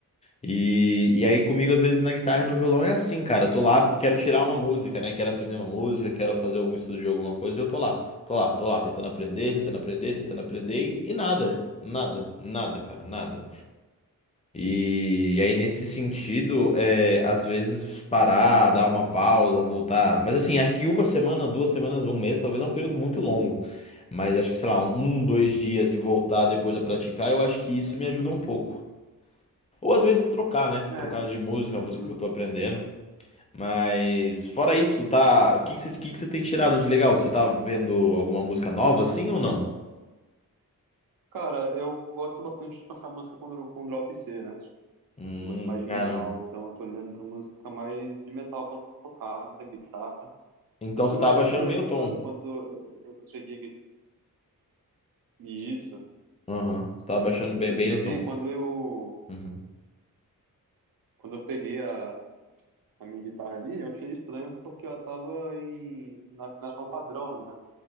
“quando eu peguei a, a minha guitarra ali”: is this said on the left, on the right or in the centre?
Right